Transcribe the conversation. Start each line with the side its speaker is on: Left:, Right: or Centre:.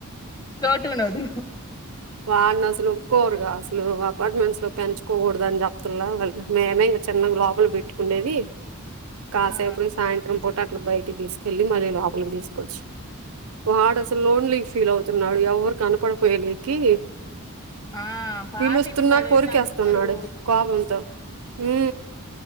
Left: చోటు ఉనదు
Right: వాడినీ అసలు ఒప్పుకోరుగా అసలు అపార్ట్మెంట్స్ లో పెంచుకోకూడదు అని చెప్తుల వాళ్ళ మేమే ఇగ చిన్న లోపల పెట్టుకుండేది కాసేపుడు
Left: ఆ
Right: సాయంత్రం పూట అట్లా బయటికి తీసుకెళ్ళలి మళ్ళీ లోపలికి తీసుకోవచ్చు వాడు అసలు లోన్లీ ఫీల్ అవుతున్నాడు ఎవరు కనపడిపోయాలి కి
Left: ఆ పాత
Right: పిలుస్తున్నా
Left: ఇంటికాడైతే
Right: కోరికేస్తున్నాడు
Left: అందరూ
Right: కోపంతో ఉ